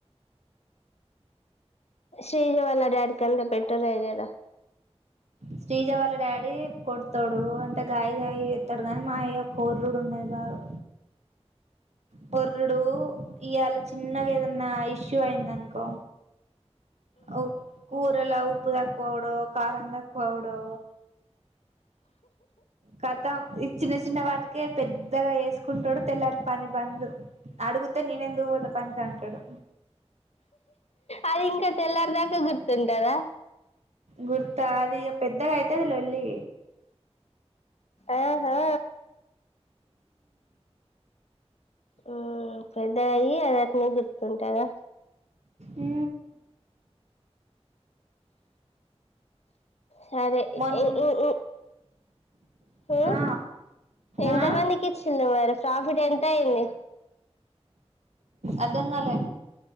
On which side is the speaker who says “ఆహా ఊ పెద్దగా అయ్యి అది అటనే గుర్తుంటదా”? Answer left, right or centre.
Left